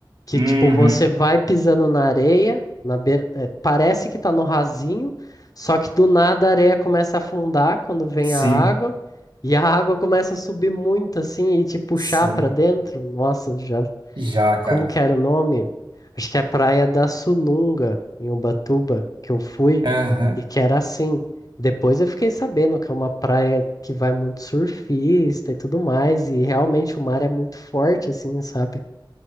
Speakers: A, on the left; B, on the right.
A: que
B: Uhum.
A: tipo, você vai pisando na areia, na beira, é, parece que tá no rasinho, só que do nada a areia começa a afundar quando vem
B: Sim,
A: a água, e a água começa a subir muito, assim, e te puxar
B: sim.
A: pra dentro. Nossa, já
B: Já, cara.
A: como que era o nome? Acho que é a Praia da Sununga, em Ubatuba, que eu fui,
B: Aham.
A: e que era assim. Depois eu fiquei sabendo que é uma praia que vai muito surfista e tudo mais, e realmente o mar é muito forte, assim, sabe?